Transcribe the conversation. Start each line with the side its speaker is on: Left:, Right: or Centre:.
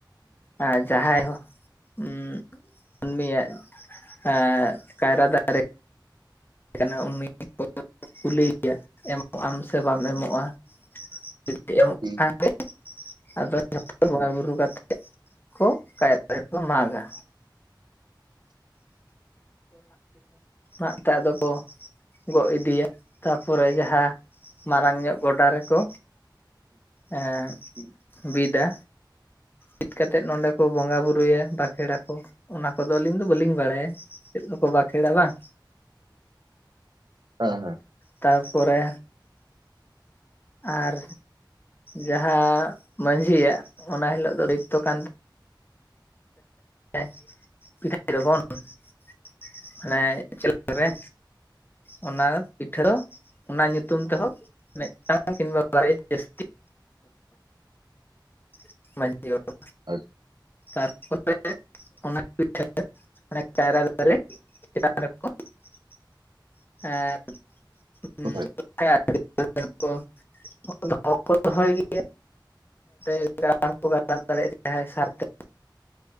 Left: ᱟᱨ ᱡᱟᱦᱟᱸᱭ ᱦᱚᱸ ᱩᱸ ᱩᱱᱤᱭᱟᱜ ᱟ ᱠᱟᱭᱨᱟ ᱫᱟᱨᱮ ᱠᱷᱟᱱ ᱩᱱᱤ ᱠᱚ ᱠᱩᱞᱤᱭᱮᱭᱟ ᱮᱢᱚᱜ ᱟᱢ ᱥᱮ ᱵᱟᱢ ᱮᱢᱚᱜᱼᱟ᱾ <unintelligible>
Right: <inaudible>
Left: <unintelligible> ᱡᱚᱛᱚ ᱵᱚᱸᱜᱟ ᱵᱩᱨᱩ ᱠᱟᱛᱮᱜ ᱠᱚ ᱠᱟᱭᱨᱟ ᱫᱟᱨᱮ ᱠᱚ ᱢᱟᱜᱟ᱾ <unintelligible> ᱟᱫᱚ ᱠᱚ ᱜᱚᱜ ᱤᱫᱤᱭᱟ <inaudible> ᱛᱟᱯᱚᱨᱮ ᱡᱟᱦᱟᱸ ᱢᱟᱨᱟᱝ ᱧᱚᱜ ᱜᱚᱰᱟ ᱨᱮᱠᱚᱼᱼ ᱮᱸ ᱵᱤᱫᱟ᱾ ᱵᱤᱫ ᱠᱟᱛᱮᱫ ᱱᱚᱸᱰᱮ ᱠᱚ ᱵᱚᱸᱜᱟ ᱵᱩᱨᱩᱭᱟ ᱵᱟᱠᱷᱮᱲᱟ ᱠᱚ ᱚᱱᱟ ᱠᱚᱫᱚ ᱟᱞᱤᱧ ᱫᱚ ᱵᱟᱹᱞᱤᱧ ᱵᱟᱲᱟᱭᱟ᱾ ᱪᱮᱫ ᱫᱚᱠᱚ ᱵᱟᱠᱷᱮᱲᱟ ᱵᱟᱝ
Right: ᱦᱮᱸ ᱦᱮᱸ
Left: ᱛᱟᱯᱚᱨᱮ ᱟᱨᱼᱼ ᱡᱟᱦᱟᱸ ᱢᱟᱹᱡᱷᱤᱭᱟᱜ ᱚᱱᱟ ᱦᱤᱞᱚᱜ ᱫᱚ <unintelligible> ᱠᱟᱱᱼᱼ <unintelligible> ᱢᱟᱱᱮᱼᱼ ᱠᱚᱨᱮ ᱚᱱᱟ ᱯᱤᱴᱷᱟᱹᱼᱼ ᱚᱱᱟ ᱧᱩᱛᱩᱢ ᱛᱮᱵᱚ ᱢᱤᱫᱴᱟᱝ ᱠᱤᱱᱵᱟ ᱵᱟᱨᱮᱭᱟ ᱡᱟᱹᱥᱛᱤᱼᱼ <unintelligible>
Right: <unintelligible>
Left: ᱛᱟᱨᱯᱚᱨᱮ ᱚᱱᱟᱼᱼ ᱯᱤᱴᱷᱟᱹ ᱚᱱᱮ ᱠᱟᱭᱨᱟ ᱫᱟᱨᱮ <unintelligible> ᱦᱮᱸ
Right: ᱚᱽ ᱦᱳᱭ
Left: <unintelligible> ᱥᱟᱶᱛᱮᱼᱼ <unintelligible> ᱥᱟᱨᱛᱮ